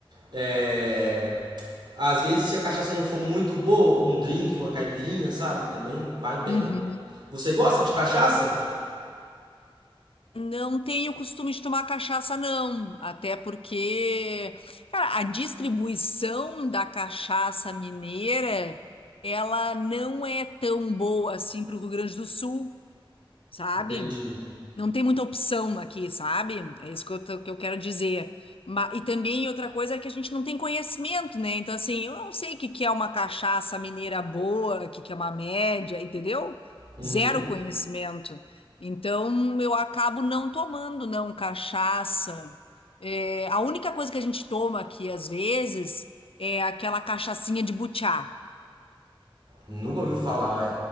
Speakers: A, on the right; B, on the left.
A: É, Às vezes, se a cachaça não for muito boa, um drink, uma caipirinha, sabe? Também vai bem.
B: Uhum.
A: Você gosta
B: Ah,
A: de cachaça?
B: Não tenho costume de tomar cachaça, não. Até porque, cara, a distribuição da cachaça mineira, ela não é tão boa assim para o Rio Grande do Sul sabe?
A: Entendi.
B: Não tem muita opção aqui, sabe? É isso que eu, tô- que eu quero dizer. Ma- e também outra coisa é que a gente não tem conhecimento, né? Então, assim, eu não sei o que, que é uma cachaça mineira boa, o que, que é uma média, entendeu?
A: Uhum.
B: Zero conhecimento. Então, eu acabo não tomando, não, cachaça. É, a única coisa que a gente toma aqui, às vezes, é aquela cachaçinha de butiá.
A: Nunca ouvi falar. É,